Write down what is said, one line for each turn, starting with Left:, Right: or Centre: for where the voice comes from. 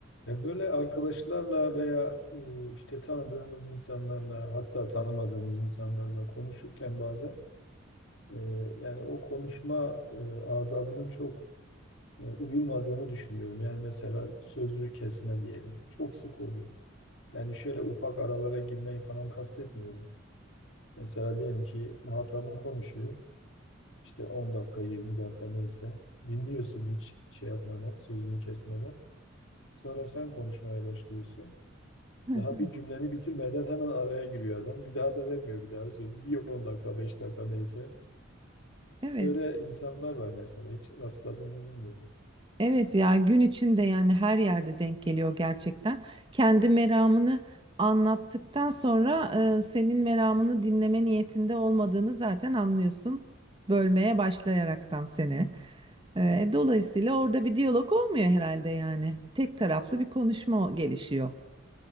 Left: Ya böyle arkadaşlarla veya e, işte tanıdığımız insanlarla hatta tanımadığımız insanlarla konuşurken bazen e, yani o konuşma e, adabının çok e, uyulmadığını düşünüyorum. Yani mesela sözü kesme diyelim. Çok sık oluyor. Yani şöyle ufak aralara girmeyi falan kastetmiyorum. Mesela diyelim ki muhatabın konuşuyor. İşte 10 dakika 20 dakika neyse dinliyorsun hiç şey yapmadan sözünü kesmeden. Sonra sen konuşmaya başlıyorsun.
Right: <laughs>
Left: Daha bir cümleni bitirmeden hemen araya giriyor adam. Bir daha da vermiyor bir daha sözü. Bir 10 dakika, 5 dakika neyse.
Right: Evet.
Left: Böyle insanlar var mesela. Hiç rastladın mı bilmiyorum.
Right: Evet ya gün içinde yani her yerde denk geliyor gerçekten. Kendi meramını anlattıktan sonra e, senin meramını dinleme niyetinde olmadığını zaten anlıyorsun. Bölmeye başlayaraktan seni. E, dolayısıyla orada bir diyalog olmuyor herhalde yani. Tek taraflı bir konuşma gelişiyor.